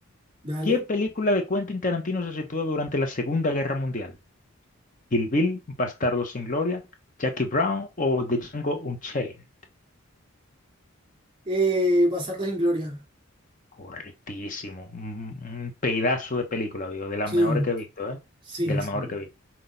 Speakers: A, on the right; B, on the left.
A: Dale.
B: ¿Qué película de Quentin Tarantino se sitúa durante la Segunda Guerra Mundial? ¿Kill Bill, Bastardos sin Gloria, Jackie Brown o The Django Unchained?
A: Eh, Bastardos sin Gloria.
B: Correctísimo. Un, un pedazo de película, digo, de las
A: Sí,
B: mejores que he visto, ¿eh?
A: sí,
B: De las
A: sí,
B: mejores que he visto.